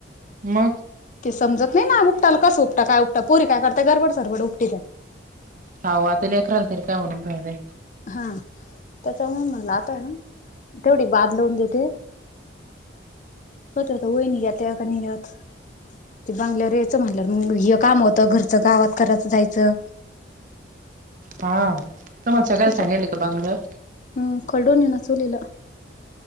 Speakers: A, on the right (about 45°); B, on the left (about 40°).
A: मग
B: ते समजत नाही ना उपटाला कस उपटा काय उपटा पुरी काय करता गरबड सरबड उपटीत्या
A: हा ओ आता लेकराला तरी काय बोलून फायदा हाय
B: हा त्याच्यामुळे म्हणलं आता हाय ना थोडी बांधून देते स्वतः क वाहिनी त्या आणि ह्यात ते बंगल्यावर यायचं म्हणल्यावर मग हे काम होतं घरचं गावात करायचं जायचं
A: हा तुमाला सगळ्यांना
B: त्याच्या
A: सांगितले काय बंगल्यावर?
B: हम्म <unintelligible> ना चूलीला